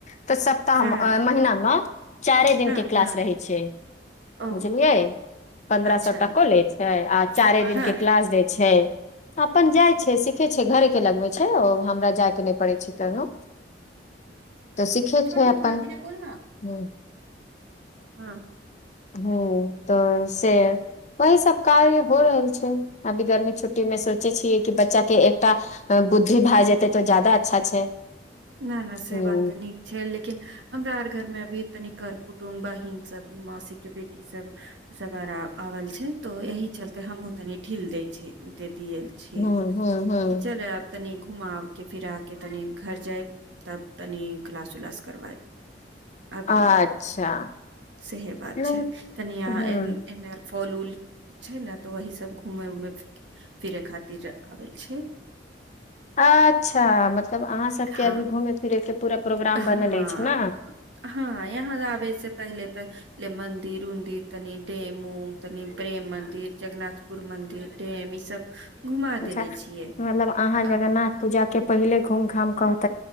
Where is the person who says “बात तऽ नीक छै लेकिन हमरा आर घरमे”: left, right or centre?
Right